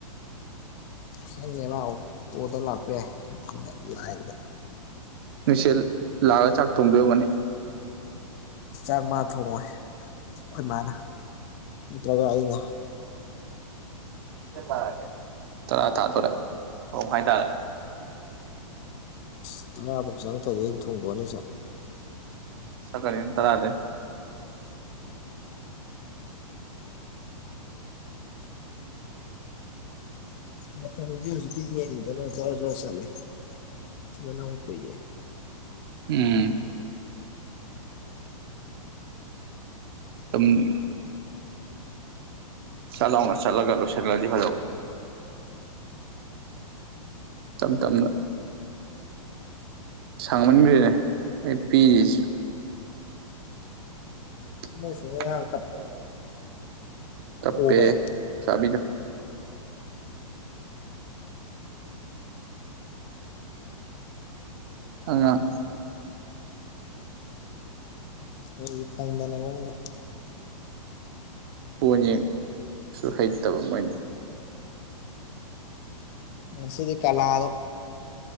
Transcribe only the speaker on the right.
ꯅꯣꯏꯁꯦꯜ ꯂꯥꯛꯑꯒ ꯆꯥꯛ ꯊꯣꯡꯗꯣꯏ ꯑꯣꯏꯔꯝꯒꯅꯤ
ꯄꯨꯡ ꯀꯌꯥ ꯇꯥꯔꯒꯦ ꯇꯔꯥ ꯇꯥꯇꯣꯔꯦ ꯃꯥꯄꯟ ꯃꯈꯥꯏ ꯇꯥꯔꯦ
ꯆꯠꯀꯅꯤꯅ ꯇꯔꯥꯗꯩ
ꯎꯝ ꯇꯝꯅꯤꯅ ꯁꯠ ꯂꯥꯎꯅ ꯆꯠꯂꯒ ꯂꯣꯏꯁꯜꯂꯗꯤ ꯐꯗꯧꯕ ꯇꯝ ꯇꯞꯅ ꯁꯥꯡꯃꯟꯒ꯭ꯔꯦꯅꯦ ꯑꯩ ꯄꯤꯔꯤꯖꯤꯖꯨ ꯏꯁꯥ
ꯏꯇꯣꯟꯗ
ꯌꯥꯝ ꯀꯞꯄꯦ ꯍꯥꯏꯔꯣ ꯀꯞꯄꯦ
ꯆꯥꯕꯤꯗꯣ ꯑꯉꯥꯡ
ꯄꯣꯟ ꯌꯦꯡ ꯁꯨ ꯍꯩꯇꯕ ꯃꯣꯏꯅ